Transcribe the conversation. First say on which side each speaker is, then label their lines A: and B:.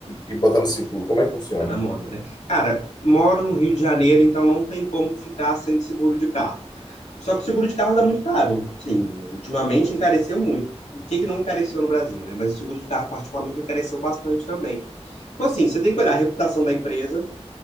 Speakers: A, on the left; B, on the left.
A: e, e botar no seguro. Como é que funciona?
B: Tá na moda, né? Cara, moro no Rio de Janeiro, então não tem como ficar sem seguro de carro. Só que o seguro de carro tá muito caro. Sim, ultimamente encareceu muito. O que que não encareceu no Brasil, né? Mas o seguro de carro, particularmente, encareceu bastante também. Então, assim, você tem que olhar a reputação da empresa,